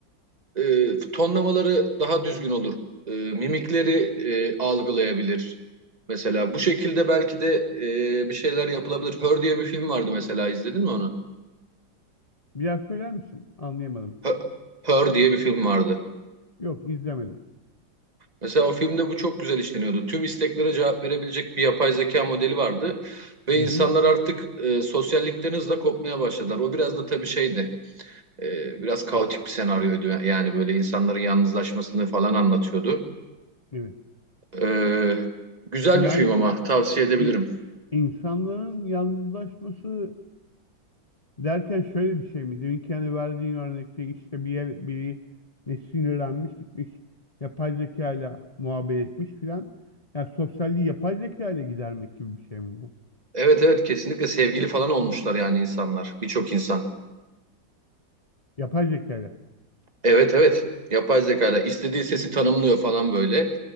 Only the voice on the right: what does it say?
e, tonlamaları daha düzgün olur. E, mimikleri e, algılayabilir. Mesela bu şekilde belki de e, bir şeyler yapılabilir. Her diye bir film vardı mesela izledin mi onu?
Her, Her diye bir film vardı.
Mesela o filmde bu çok güzel işleniyordu. Tüm isteklere cevap verebilecek bir yapay zeka modeli vardı ve
insanlar
artık e, sosyallikten hızla kopmaya başladılar. O biraz da tabii şeydi. e, biraz kaotik bir senaryoydu. Yani böyle insanların yalnızlaşmasını falan anlatıyordu.
Ee, güzel
bir film ama tavsiye edebilirim.
Evet evet kesinlikle sevgili falan olmuşlar yani insanlar. Birçok insan.
Evet evet. Yapay zekayla istediği sesi tanımlıyor falan böyle.